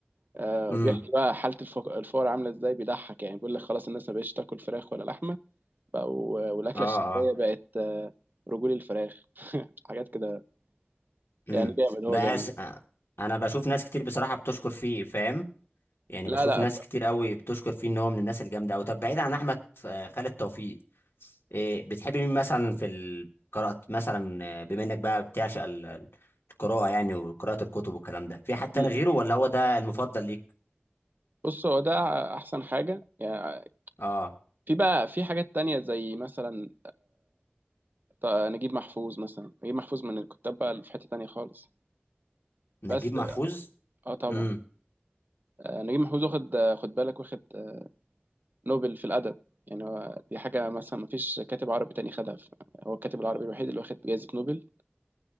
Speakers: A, on the right; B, on the left.
A: آه،
B: امم
A: بيحكي بقى حالة الفق- الفقراء عاملة ازاي بيضحك يعني بيقول لك خلاص الناس ما بقتش تاكل فراخ ولا لحمة بقوا والأكلة
B: اه
A: الشعبية
B: اه
A: بقت آه، رجول الفراخ <laughs> حاجات كده يعني
B: امم
A: جامد هو
B: بس
A: جامد
B: آه، انا بشوف ناس كتير بصراحه بتشكر فيه فاهم يعني
A: لا
B: بشوف
A: لا
B: ناس
A: ب-
B: كتير قوي بتشكر فيه ان هو من الناس الجامده قوي طب بعيد عن احمد آه، خالد توفيق إيه بتحب مين مثلا في القراءة مثلا آه، بما انك بقى بتعشق ال- ال- القراءة يعني وقراءة الكتب والكلام ده في حد تاني
A: مم.
B: غيره ولا هو ده المفضل ليك
A: بص هو ده احسن حاجه يعني
B: اه
A: في بقى في حاجات تانية زي مثلا طيب نجيب محفوظ مثلا نجيب محفوظ من الكتاب بقى اللي في حتة تانية خالص
B: نجيب
A: بس
B: محفوظ
A: اه طبعا
B: امم
A: آه، نجيب محفوظ واخد آه، خد بالك واخد آه، نوبل في الأدب يعني هو دي حاجة مثلا ما فيش كاتب عربي تاني خدها ف- هو الكاتب العربي الوحيد اللي واخد جائزة نوبل